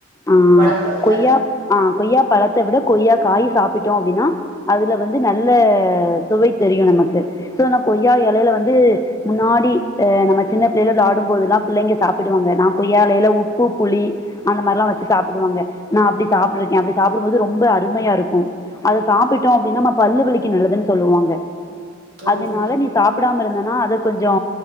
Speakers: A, on the left; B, on the right.
A: அ
B: பழத்த விட
A: கொய்யா அ கொய்யா பழத்த விட கொய்யா காய் சாப்பிட்டோ அப்டின்னா அதுல வந்து நல்ல சுவை தெரியு நமக்கு சோ நா கொய்யா எலேல வந்து முன்னாடி அ நம்ம சின்ன பிள்ளைள வெளாடு போதுல்லா பிள்ளைங்க சாப்பிடுவாங்க நா கொய்யா எலேல உப்பு புளி அந்த மாரிலா வச்சி சாப்பிடுவாங்க நா அப்டி சாப்பிரு இருக்கே அப்டி சாப்டுபோது ரொம்ப அருமையா இருக்கு அத சாப்பிட்டோ அப்டின்னா நம்ம பல்லு வலிக்கு நல்லதுன்னு சொல்லுவாங்க
B: ம்
A: அதனால நீ சாப்டாம இருந்தனா அத கொஞ்சோ